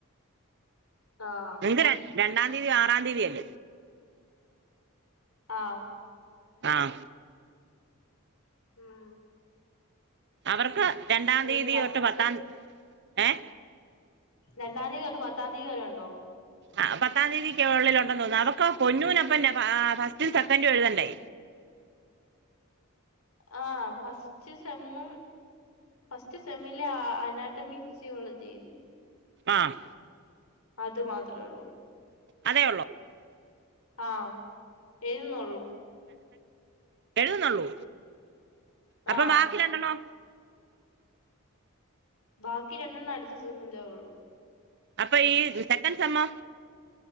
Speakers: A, on the left; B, on the right.
A: ആഹ്.
B: ഇത് രണ്ട് രണ്ടാം തീയതി ആറാം തീയതിയല്ലേ.
A: ആഹ്.
B: ആഹ്.
A: ഉം
B: അവർക്ക് രണ്ടാം തീയതി
A: ഈ ഫസ്റ്റ്
B: തൊട്ട് പത്താം ഏഹ്.
A: രണ്ടാം തിയതി തൊട്ട് പത്താം തിയതി വരെ ഉണ്ടോ?
B: ആഹ് പത്താം തീയതിക്കുള്ളിൽ ഉണ്ടെന്ന് തോന്നുന്നു. അവക്ക് പൊന്നുനപ്പന്നെ ഫസ്റ്റും സെക്കൻറും എഴുതണ്ടേ.
A: ആഹ് ഫസ്റ്റ് സെമ്മും ഫസ്റ്റ് സെമ്മിലെ അനാറ്റമി സുയോളജിയില്.
B: ആഹ്
A: അത് മാത്രേ ഉള്ളൂ.
B: അതേയൊള്ളോ?
A: ആഹ് എഴുതുന്നോള്ളൂ
B: എഴുതുന്നോള്ളൂ അപ്പൊ
A: ആഹ്
B: ബാക്കിരണ്ടണ്ണോ
A: ബാക്കി രണ്ടെണ്ണം അടുത്ത സെമ്മിലെ ഒള്ളൂ
B: അപ്പൊ ഈ സെക്കന്റ് സെമ്മോ